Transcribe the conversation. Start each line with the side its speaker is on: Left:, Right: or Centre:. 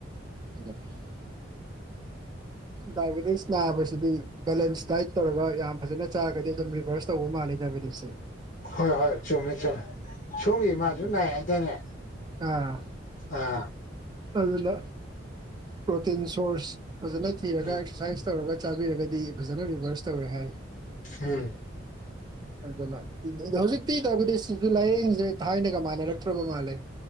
Right: <unintelligible> ꯗꯥꯏꯕꯦꯇꯤꯁ ꯅꯥꯕꯁꯤꯗꯤ ꯕꯦꯂꯦꯟꯁ ꯗꯥꯏꯠ ꯇꯧꯔꯒ ꯌꯥꯝ ꯐꯖꯅ ꯆꯥꯔꯒꯗꯤ ꯑꯗꯨꯝ ꯔꯤꯚꯔꯁ ꯇꯧꯕ ꯃꯥꯜꯂꯦ ꯗꯥꯏꯕꯦꯇꯤꯁꯁꯦ
Left: ꯍꯣꯏ ꯍꯣꯏ ꯆꯨꯝꯃꯦ ꯆꯨꯝꯃꯦ ꯁꯣꯝꯒꯤ ꯏꯃꯥꯁꯨ
Right: ꯎꯝ
Left: ꯅꯥꯏ ꯍꯥꯏꯗꯥꯏꯅꯦ
Right: ꯑꯥ
Left: ꯑꯥ
Right: ꯑꯗꯨꯅ ꯄ꯭ꯔꯣꯇꯤꯟ ꯁꯣꯔꯁ ꯐꯖꯅ ꯊꯤꯔꯒ
Left: ꯎꯝ
Right: ꯑꯦꯛꯁꯔꯁꯥꯏꯁ ꯇꯧꯔꯒ ꯆꯥꯕꯤꯔꯒꯗꯤ ꯐꯖꯅ ꯔꯤꯚꯔꯁ ꯇꯧꯋꯦ ꯍꯥꯏ
Left: ꯎꯝ
Right: ꯑꯗꯨꯅ ꯍꯧꯖꯤꯛꯇꯤ ꯇꯧꯕꯗꯤ ꯁꯤꯁꯨ ꯂꯥꯏꯌꯦꯡꯁꯤꯡꯁ‌ꯦ ꯊꯥꯏꯅꯒ ꯃꯥꯟꯅꯔꯛꯇ꯭ꯔꯕꯥ ꯃꯥꯜꯂꯦ